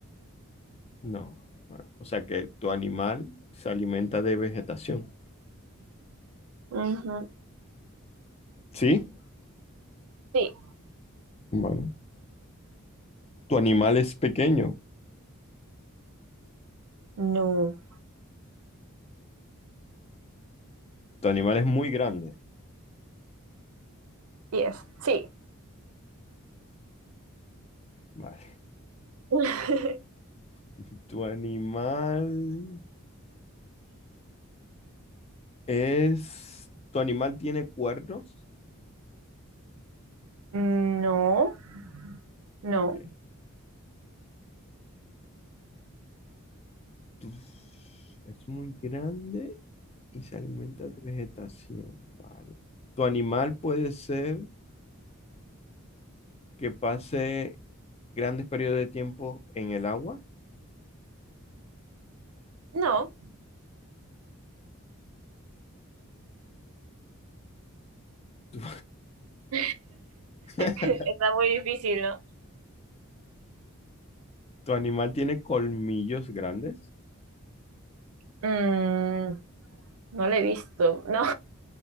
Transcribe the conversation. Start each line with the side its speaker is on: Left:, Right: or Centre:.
Left: No. Vale. O sea que tu animal se alimenta de vegetación.
Right: Ujú.
Left: ¿Sí?
Right: Sí,
Left: Vale. ¿Tu animal es pequeño?
Right: No,
Left: Tu animal es muy grande.
Right: yes, sí.
Left: Vale.
Right: <laughs>
Left: <laughs> ¿Tu animal es... ¿Tu animal tiene cuernos?
Right: no, no.
Left: Ok. Tu- Es muy grande Y se alimenta de vegetación, vale. Tu animal puede ser que pase grandes periodos de tiempo en el agua.
Right: No.
Left: Tu,
Right: <laughs>
Left: <laughs>
Right: Está muy difícil, ¿no?
Left: tu animal tiene colmillos grandes.
Right: Mm, no lo he visto. No,